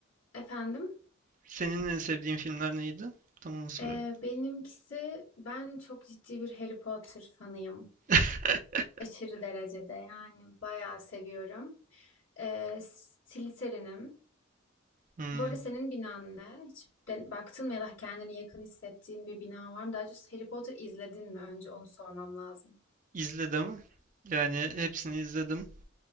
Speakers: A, on the left; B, on the right.
A: efendim
B: Senin en sevdiğin filmler neydi? Tam onu soruyorum.
A: Ee, benimkisi ben çok ciddi bir Harry Potter fanıyım.
B: <laughs>
A: Aşırı derecede yani bayağı seviyorum. Ee, Slytherin'im.
B: Hmm,
A: Bu arada senin binan ne? Hiç de- baktın mı ya da kendini yakın hissettiğin bir bina var mı? Daha doğrusu Harry Potter izledin mi? Önce onu sormam lazım.
B: izledim. Yani hepsini izledim.